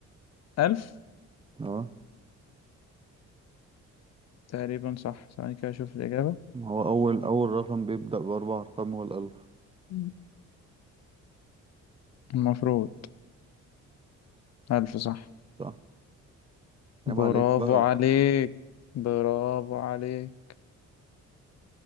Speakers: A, on the left; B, on the right.
A: ألف
B: اه
A: تقريبا صح ثواني كده اشوف الإجابة
B: ما هو اول اول رقم بيبدأ باربع ارقام هو الالف
A: مم. المفروض ألف صح
B: صح
A: برافو
B: عيب عليك بقى
A: عليك برافو عليك